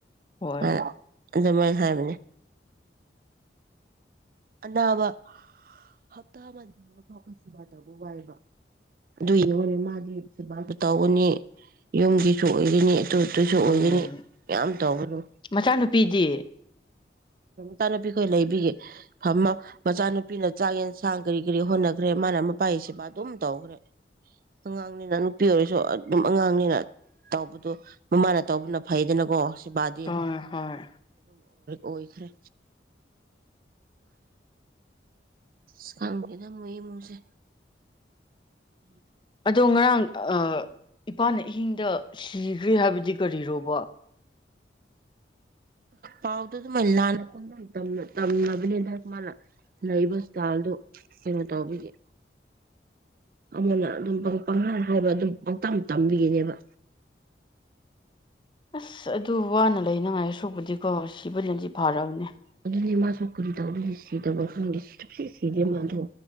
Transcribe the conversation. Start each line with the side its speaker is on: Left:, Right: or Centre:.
Left: ꯍꯣꯏ
Right: ꯑ ꯑꯗꯨ ꯃꯥ ꯍꯥꯏꯕꯅꯦ ꯑꯅꯥꯕ ꯍꯞꯇꯥ ꯑꯃ ꯐꯥꯎ ꯁꯦꯕꯥꯔ ꯇꯧꯕ ꯋꯥꯏꯕ ꯑꯗꯨ ꯌꯦꯡꯉꯨꯅꯤ ꯃꯥꯗꯤ ꯁꯦꯕꯥꯔꯁꯨ ꯇꯧꯒꯅꯤ ꯌꯨꯝꯒꯤꯁꯨ ꯑꯣꯏꯔꯤꯅꯤ ꯑꯗꯨꯗꯨꯁꯨ ꯑꯣꯏꯒꯅꯤ
Left: ꯎꯝ
Right: ꯌꯥꯝ ꯇꯧꯕꯅꯣ
Left: ꯃꯆꯥꯅꯨꯄꯤꯗꯤ
Right: ꯃꯆꯥꯅꯨꯄꯤ ꯈꯣꯏ ꯂꯩꯕꯤꯒꯦ ꯐꯃ ꯃꯆꯥꯅꯨꯄꯤꯅ ꯆꯥꯛ ꯌꯦꯟꯁꯥꯡ ꯀꯔꯤ ꯀꯔꯤ ꯍꯣꯠꯅꯈ꯭ꯔꯦ ꯃꯥꯅ ꯃꯄꯥꯁꯤꯕ ꯑꯗꯨꯝ ꯇꯧꯈ꯭ꯔꯦ ꯑꯉꯥꯡꯅꯤꯅ ꯅꯨꯄꯤ ꯑꯣꯏꯔꯁꯨ ꯑꯗꯨꯝ ꯑꯉꯥꯡꯅꯤꯅ ꯇꯧꯕꯗ ꯃꯃꯥꯅ ꯇꯧꯕꯅ ꯐꯩ ꯌꯦꯅꯀꯣ ꯕꯥꯖꯤꯦ
Left: ꯍꯣꯏ ꯍꯣꯏ
Right: ꯑꯣꯏ ꯏꯈꯔꯦ ꯁꯕꯤꯗ ꯃ‌ꯣꯏ ꯃꯨꯁꯦ
Left: ꯑꯗꯣ ꯉꯔꯥꯡ ꯑ ꯏꯄꯥꯅ ꯑꯍꯤꯡꯗ ꯁꯤꯈ꯭ꯔꯦ ꯍꯥꯏꯕꯗꯤ ꯀꯔꯤꯔꯣꯕ
Right: ꯄꯥꯎꯗꯣ ꯑꯗꯨꯃꯥꯏꯅ ꯂꯥꯟꯅ ꯄꯪ ꯇꯝꯅꯕꯅꯤꯗ ꯃꯥꯅ ꯂꯩꯕ ꯏꯁꯇꯥꯜꯗꯨ ꯀꯩꯅꯣ ꯇꯧꯕꯤꯒꯦ ꯑꯃꯅ ꯑꯗꯨꯝ ꯄꯪꯍꯟꯈ꯭ꯔꯕ ꯑꯗꯨꯝ ꯄꯪꯇ ꯇꯝꯕꯤꯈꯤꯅꯦꯕ
Left: ꯑꯁ ꯑꯗꯨ ꯋꯥꯅ ꯂꯩꯅꯉꯥꯏ ꯑꯁꯣꯛꯕꯨꯗꯤꯀꯣ ꯁꯤꯕꯨꯅꯗꯤ ꯐꯥꯔꯕꯅꯦ
Right: ꯑꯗꯨꯗꯤ ꯃꯥꯁꯨ ꯀ ꯔꯤ ꯇꯧꯗꯣꯏ ꯁꯤꯗꯕ ꯈꯪꯗꯦ ꯁꯤꯗꯦ ꯃꯥꯗꯣ